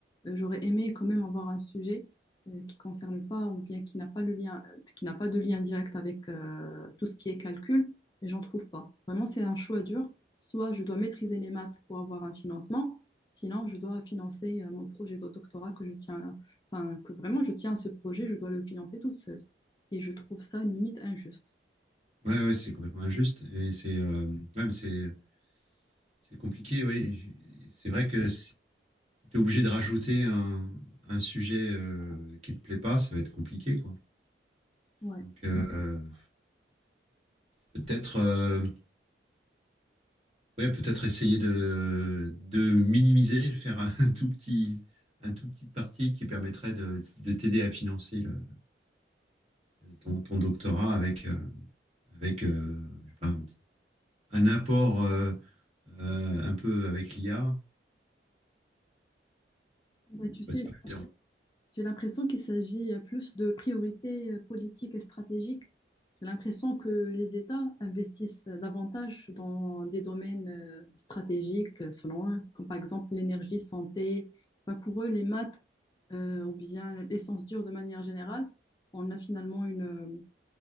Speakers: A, on the left; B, on the right.
A: Euh, j'aurais aimé quand même avoir un sujet euh, qui concerne pas ou bien qui n'a pas le lien, qui n'a pas de lien direct avec euh, tout ce qui est calcul, mais j'en trouve pas. Vraiment, c'est un choix dur. Soit je dois maîtriser les maths pour avoir un financement, sinon je dois financer euh, mon projet de doctorat que je tiens, enfin que vraiment je tiens à ce projet, je dois le financer toute seule. Et je trouve ça limite injuste.
B: ouais, ouais, c'est complètement injuste. Et c'est euh, ouais, mais c'est c'est compliqué, oui. C'est vrai que t'es obligé de rajouter un, un sujet euh, qui te plaît pas, ça va être compliqué, quoi.
A: Ouais.
B: Donc euh, peut-être, euh, ouais, peut-être essayer de, de minimiser, faire un tout petit, un tout petite partie qui permettrait de, de t'aider à financer le, ton, ton, doctorat avec, euh, avec euh, je sais pas, un, petit, un, apport euh, euh, un peu avec l'IA.
A: Bah, tu sais,
B: Ouais, c'est pas évident.
A: J'ai l'impression qu'il s'agit plus de priorités euh, politiques et stratégiques. J'ai l'impression que les États investissent davantage dans des domaines euh, stratégiques, euh, selon eux, comme par exemple l'énergie, santé. Enfin, pour eux, les maths euh, ou bien les sciences dures de manière générale, on a finalement une, euh,